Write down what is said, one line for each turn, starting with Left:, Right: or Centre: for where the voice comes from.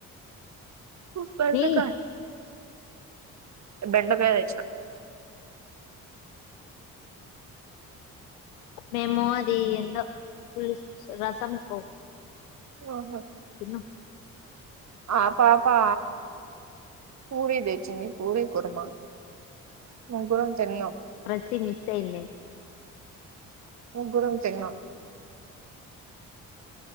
Right: హు పవిత్ర
Left: మీ
Right: అక్క బెండక ఏచినా
Left: మేము అది ఏందో పులుసు రసముకో
Right: ఓహో!
Left: తిన్న
Right: ఆ పాపా పూరి దేచ్చింది. పూరి కూర్మ ఇద్దరం తిన్నాం.
Left: షి మిస్సయిన్నె
Right: ముగ్గురం తిన్నాం.